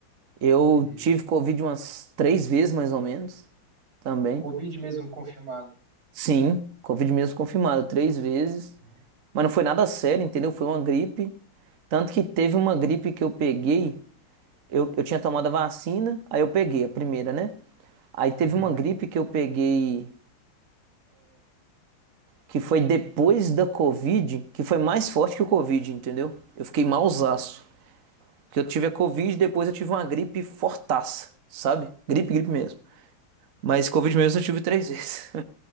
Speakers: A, on the right (about 50°); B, on the right (about 90°).
A: Eu
B: é. Uhum.
A: tive Covid umas três vezes mais ou menos também.
B: Covid mesmo confirmado.
A: Sim, Covid mesmo confirmado três vezes,
B: Uhum.
A: mas não foi nada sério, entendeu? Foi uma gripe. Tanto que teve uma gripe que eu peguei, eu, eu tinha tomado a vacina, aí eu peguei a primeira, né? Aí teve
B: Uhum.
A: uma gripe que eu peguei que foi depois da Covid, que foi mais forte que o Covid, entendeu? Eu fiquei malzaço. Porque eu tive a Covid, depois eu tive uma gripe fortaça, sabe? Gripe, gripe mesmo. Mas Covid mesmo eu tive três vezes. <laughs>